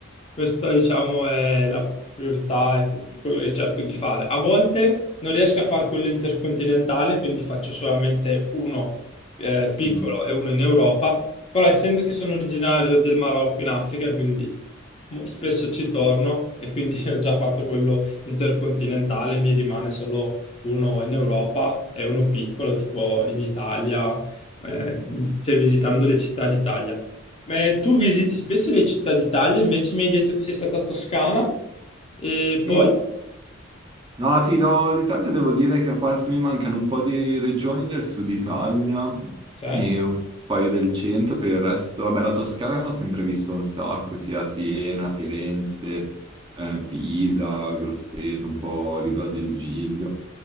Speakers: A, on the left (about 30°); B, on the right (about 25°).
A: Questa, diciamo, è la priorità, è quello che cerco di fare. A volte non riesco a fare quello intercontinentale, quindi faccio solamente uno eh, piccolo
B: Mm.
A: e uno in Europa, però essendo che sono originario del Marocco in Africa, quindi mo- spesso ci torno e quindi <laughs> ho già fatto quello intercontinentale, mi rimane solo uno in Europa e uno piccolo, tipo in Italia, eh, cioè visitando le città d'Italia. Ma tu visiti spesso le città d'Italia, invece mi hai detto che sei stata a Toscana e poi...
B: Sì, No, sì, no, l'Italia devo dire che a parte mi mancano un po' di regioni del sud Italia
A: Ok,
B: e un paio del centro, per il resto, vabbè, la Toscana l'ho sempre vista un sacco, sia Siena, Firenze, eh, Pisa, Grosseto, un po' l'Isola del Giglio.